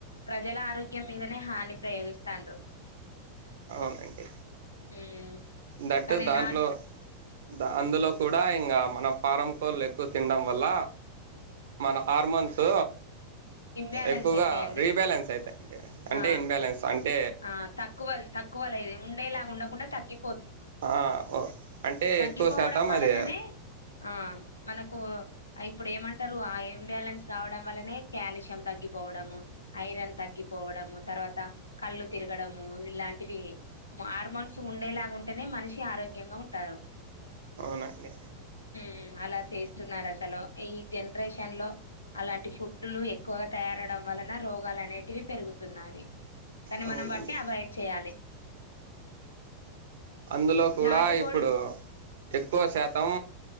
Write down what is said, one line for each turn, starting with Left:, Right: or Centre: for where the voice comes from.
Left: ప్రజల ఆరోగ్యం మీదనే హాని ప్రయోగిస్తాండ్రు
Right: అవునండి
Left: ఉమ్
Right: దట్టు
Left: కానీ
Right: దాంట్లో
Left: నాట్
Right: ద అందులో కూడా ఇంగా మన ఫారం కోళ్లు ఎక్కువ తినడం వల్ల మన హార్మోన్స్
Left: ఇంబ్యాలెన్స్
Right: ఎక్కువగా
Left: అయితాయండి
Right: రీబ్యాలెన్స్ అయితయి అండి అంటే
Left: ఆ
Right: ఇన్బ్యాలెన్స్ అంటే
Left: ఆ తక్కువ తక్కువలుది ఉండేలాగా ఉండకుండా తగ్గి
Right: ఆ ఓ అంటే
Left: తగ్గిపోవడం
Right: ఎక్కువ శాతం
Left: వలననే
Right: అది
Left: ఆ మనకు అయి ఇప్పుడు ఏమంటారు ఆ ఇన్బ్యాలెన్స్ కావడం వల్లనే కాల్షియం తగ్గిపోవడము ఐరన్ తగ్గిపోవడం డము తర్వాత కళ్ళు తిరగడము ఇలాంటివి హార్మోన్స్ ఉండేలాగా ఉంటేనే మనిషి ఆరోగ్యంగా ఉంటారు ఆ
Right: అవునండి
Left: ఉమ్ అలా చేస్తున్నారు అసలు ఈ జనరేషన్ లో అలాంటి ఫుడ్లు ఎక్కువగా తయారు వలన రోగాలు అనేటివి పెరుగుతున్నాయి కానీ
Right: అవునండి.
Left: మనం వాటిని అవాయిడ్ చేయాలి
Right: అందులో కూడా
Left: నాటుకోడి
Right: ఇప్పుడు ఎక్కువ శాతం